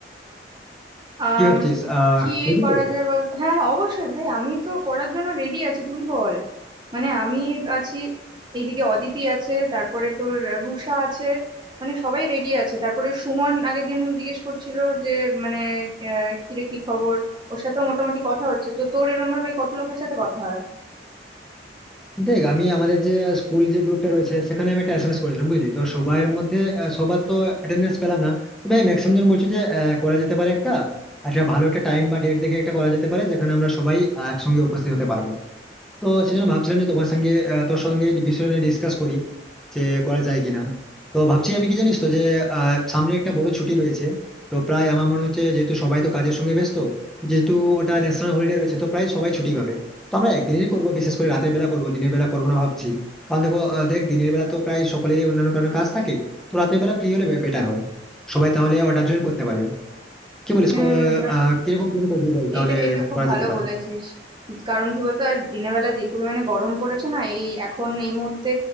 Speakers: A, on the right; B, in the centre.
A: আম
B: কি ভাবছিস আহ
A: কি
B: বুঝলি
A: করা
B: তো?
A: যায় বল হ্যাঁ হ্যাঁ অবশ্যই ভাই আমি তো করার জন্য রেডি আছি তুই বল মানে আমি আছি এইদিকে অদিতি আছে তারপরে তোর রুষা আছে মানে সবাই রেডি আছে তারপরে সুমন আগের দিন জিজ্ঞেস করছিল যে মানে আহ, কিরে কি খবর ওর সাথেও মোটামুটি কথা হচ্ছে তো তোর এরম ভাবে কত লোকের সাথে কথা হয়
B: দেখ আমি আমাদের যে স্কুল যে গ্রুপটা রয়েছে সেখানে আমি একটা এসএমএস করেছিলাম বুঝলি তো সবার মধ্যে আহ, সবার তো অ্যাটেন্ডেন্স পেলাম না তবে ম্যাক্সিমাম জন বলছে যে আহ, করা যেতে পারে একটা আচ্ছা ভালো একটা টাইম বা ডেট দেখে একটা করা যেতে পারে যেখানে আমরা সবাই আহ, একসঙ্গে উপস্থিত হতে পারবো তো সেজন্য ভাবছিলাম যে তোমার সঙ্গে আহ, তোর সঙ্গে এই বিষয়টা নিয়ে ডিসকাস করি যে করা যায় কিনা তো ভাবছি আমি কি জানিস তো যে আহ, সামনে একটা বড় ছুটি রয়েছে তো প্রায় আমার মনে হচ্ছে যেহেতু সবাই তো কাজের সঙ্গে ব্যস্ত যেহেতু ওটা ন্যাশনাল হলিডে রয়েছে তো প্রায় সবাই ছুটি পাবে তো আমরা একদিনেরই করবো বিশেষ করে রাতের বেলা করবো দিনের বেলা করবো না ভাবছি কারণ দেখো আহ, দেখ দিনের বেলা তো প্রায় সকলেরই অন্যান্য কারণে কাজ থাকে তো রাতের বেলা ফ্রি হলে বেটার হয় সবাই তাহলে ওটা জয়েন করতে পারবে কি বলিস
A: হুম
B: ক- আহ কিরকম প্ল্যান করবি বল তাহলে
A: এইটা এটা খুব
B: করা
A: ভালো
B: যেতে পারে
A: বলেছিস কারণ কি বলতো আর দিনের বেলা যে পরিমাণে গরম পড়েছে না এই এখন এই মুহূর্তে